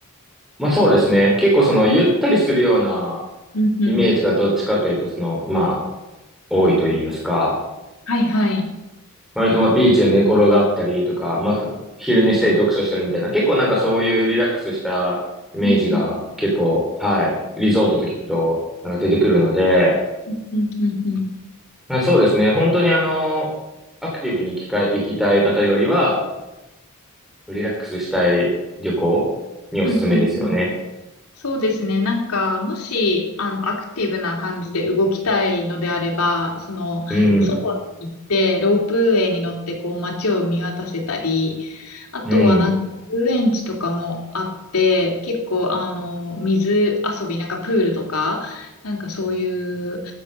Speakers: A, in the centre; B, on the left.
A: まあそうですね。結構そのゆったりするような
B: うんうん。
A: イメージがどっちかというと、その、まあ、多いと言いますか。
B: はいはい。
A: 割とまあビーチで寝転がったりとか、まあ昼寝したり読書したりみたいな、
B: はいはい。
A: 結構なんかそういうリラックスしたイメージが結構、
B: うんうん。
A: はい、リゾートと聞くと、なんか出てくるので、
B: うんうんうんうん。
A: まあ、そうですね。本当にあの、アクティブに行きか行きたい方よりは、リラックスしたい旅行におすすめですよね。
B: うんうんうんそうですね。なんか、もし、あの、アクティブな感じで動きたいのであれば、その、
A: うん。
B: 外に行って、ロープウェイに乗って、こう、街を見渡せたり、あとは、
A: うん。
B: なんか、遊園地とかもあって、結構、あの、水遊び、なんか、プールとか、なんか、そういう、